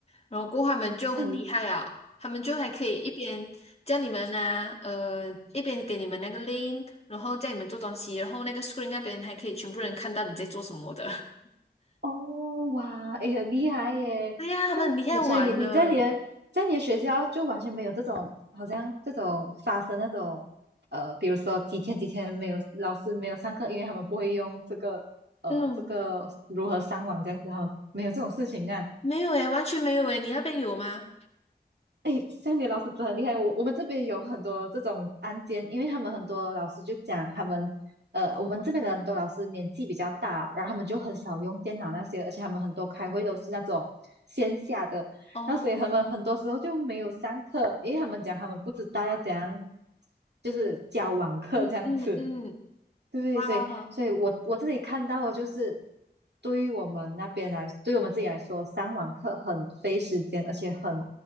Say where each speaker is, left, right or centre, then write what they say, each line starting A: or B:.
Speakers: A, on the left; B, on the right.
A: 然后过后他们就很厉害啊，
B: 哎
A: 他们就还可以一边叫你们啊，呃，一边给你们那个 link，然后叫你们做东西，然后那个 screen 那边还可以全部人看到你在做什么的。<laughs>
B: 哦，哇，哎，很厉害耶！
A: 对呀，他们很厉害玩的。
B: 但所以你你在你的在你的学校就完全没有这种，好像这种发生那种，呃，比如说几天几天没有老师没有上课，因为他们不会用这个，呃，
A: 嗯，
B: 这个如何上网这样子，哈，没有这种事情啊。
A: 没有诶，完全没有诶，你那边有吗？
B: 哎 s a 老师真的很厉害。我我们这边有很多这种案件，因为他们很多老师就讲他们，呃，我们这边的很多老师年纪比较大，然后他们就很少用电脑那些，而且他们很多开会都是那种线下的，
A: 哦，
B: 然后所以他们很多时候就没有上课，因为他们讲他们不知道要怎样，就是教网课这样子。
A: 嗯嗯嗯，
B: 对，
A: 哇哦，
B: 所以，所以我我这里看到的就是，对于我们那边来，对于我们自己来说，上网课很费时间，而且很